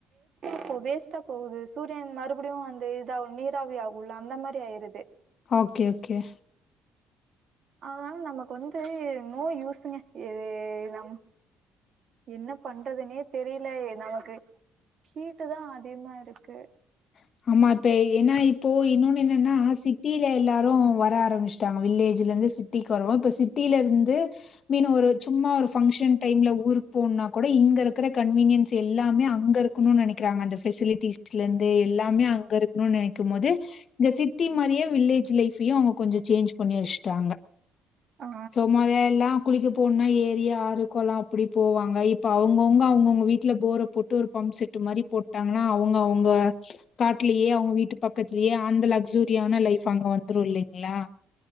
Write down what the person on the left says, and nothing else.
ஓகே கே
<inaudible> அம்மா இப்பே ஏன்ன இப்போ இன்னொன்னு என்னென்னா சிட்டியில எல்லாரு வர ஆரமெச்சுட்டாங்க வில்லேஜ்லருந் சிட்டிக்வரவா ங்க அப் சிட் டீல இருந்து மீனு ஒரு சும்மா ஒரு பங்க்ஷன் டைம்ல ஊருக் போனா கூட இங்கிருக்குற கன்வீனிய ம் சே எல்லாமே அங்கி ருக் க்குனு நெனைக்கறாங்க அந்த ஃவெசிலிட்டிஸ்ல இருந்து எல்லாமே அங்க இருக்கணும்னு நெனைக்கு போது இந்த சிட் த்தீன் மாரியே வில்லேஜ் லைஃப்யு அவங்க கொஞ்சோ சேஞ்ச் பண்ணி வெச்சுட்டாங்க
சோம்மதெல்லா குளிக்க போ போனா ஏரிய ஆறு கொளோ அப்டி போவாங்க இப்ப அவங்கவுங்க அவங்கவுங்க வீட்டுல போர போட்டு ஒரு பம்ப் செட் இந்ந மாறி போட்டாங்கன்னா அவங்க அவங்க காட்டுலயே அவங்க வீட்டு பக்கத்துலயே அந்த லக்சூரியான லைஃப் அங்க வந்துரு இல்லிங்களா